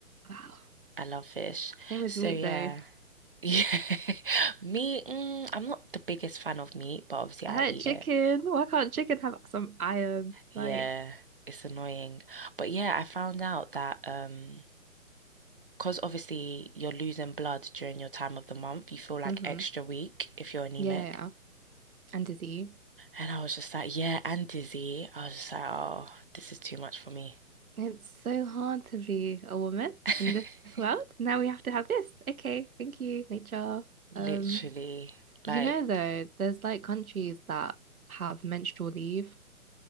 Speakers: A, on the right; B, on the right.
A: Wow.
B: I love fish.
A: Same with
B: So
A: meat
B: yeah.
A: though.
B: <laughs> Yeah. Meat, mm, I'm not the biggest fan of meat, but obviously I
A: I like
B: eat
A: chicken.
B: it.
A: Why can't chicken have some iron?
B: Yeah,
A: Like,
B: it's annoying. But yeah, I found out that um, cause obviously you're losing blood during your time of the month, you feel like
A: hmm
B: extra weak if you're anemic.
A: Yeah, and disease.
B: And I was just like, yeah, and dizzy. I was just like, oh, this is too much for me.
A: It's so hard to be a woman
B: <laughs>
A: in this world. Now we have to have this. Okay, thank you, nature.
B: Literally.
A: Um, you
B: Like,
A: know though, there's like countries that have menstrual leave.